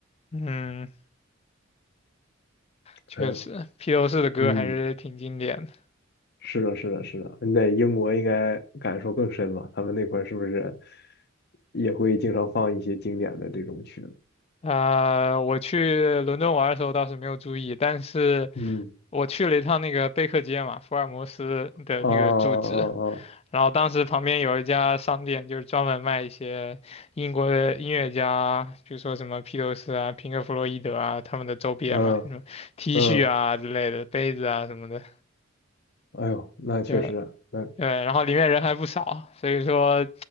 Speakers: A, on the left; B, on the left.
A: 嗯，确实，
B: 还有，
A: 披头士的歌还是挺经典的。
B: 嗯，是的，是的，是的，你在英国应该感受更深吧？他们那块儿是不是也会经常放一些经典的这种曲子？
A: 啊、我去伦敦玩的时候倒是没有注意，但是
B: 嗯，
A: 我去了一趟那个贝克街嘛，福尔摩斯的那个住址，
B: 哦哦
A: 然后当时旁边有一家商店，就是专门卖一些英国的音乐家，比如说什么披头士啊、平克·弗洛伊德啊他们的周边嘛，
B: 哦，
A: 什么 T
B: 哦嗯
A: 恤啊之类的、杯子啊什么的，
B: 嗯，哎呦，那确实啊，
A: 就
B: 那
A: 对，然后里面人还不少，所以说，